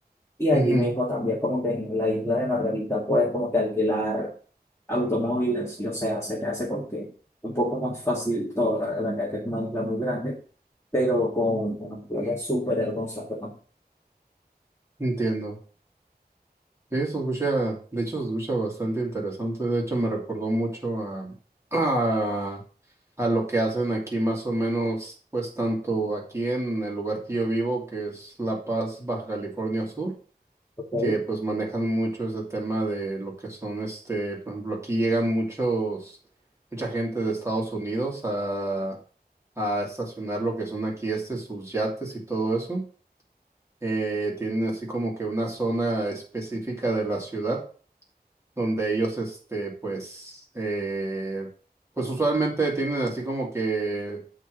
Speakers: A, on the left; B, on the right.
A: Y allí
B: ujú,
A: mismo también como que en la isla de Margarita puedes como que alquilar automóviles, y o sea, se te hace porque un poco más fácil todo, la la verdad que es una isla muy grande, pero con una playa súper hermosa que tampoco
B: entiendo. Sí, se escucha, de hecho se escucha bastante interesante, de hecho me recordó mucho a, a, a lo que hacen aquí más o menos, pues tanto aquí en el lugar que yo vivo, que es La Paz, Baja California Sur,
A: hay.
B: que pues manejan mucho ese tema de lo que son, este, por ejemplo, aquí llegan muchos, mucha gente de Estados Unidos a, a estacionar lo que son aquí este, sus yates y todo eso. Eh, tienen así como que una zona específica de la ciudad donde ellos, este, pues, eh, pues usualmente tienen así como que,